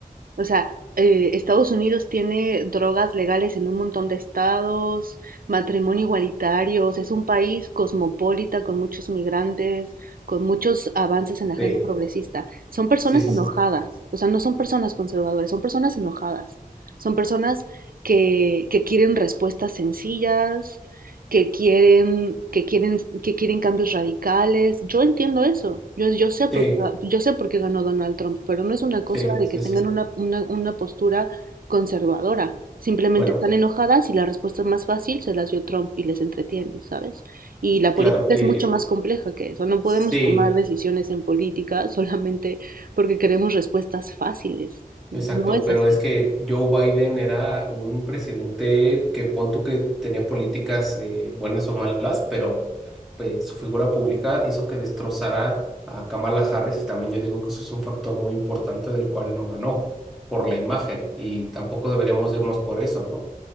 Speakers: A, on the right; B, in the centre.
A: O sea, eh, Estados Unidos tiene drogas legales en un montón de estados, matrimonio igualitario, o sea, es un país cosmopolita con muchos migrantes, con muchos avances en la agenda
B: Sí.
A: progresista. Son personas
B: Sí, sí,
A: enojadas,
B: sí,
A: o sea, no son personas conservadoras, son personas enojadas. Son personas que, que quieren respuestas sencillas, que quieren, que quieren, que quieren cambios radicales. Yo entiendo eso. Yo, yo sé por
B: sí,
A: qué, yo sé por qué ganó Donald Trump, pero no es una cosa
B: sí,
A: de
B: sí,
A: que tengan
B: sí.
A: una, una, una postura conservadora. Simplemente
B: Bueno,
A: están enojadas y la respuesta más fácil se las dio Trump y les entretiene, ¿sabes? Y la política
B: claro, eh,
A: es mucho más compleja que eso. No
B: sí,
A: podemos tomar decisiones en política <laughs> solamente porque queremos respuestas fáciles. No
B: exacto,
A: es
B: pero
A: así.
B: es que Joe Biden era un presidente que pon tú que tenía políticas eh, buenas o malas, pero pues, su figura pública hizo que destrozara a Kamala Harris y también yo digo que eso es un factor muy importante del cual no ganó por la imagen y tampoco deberíamos irnos por eso, ¿no?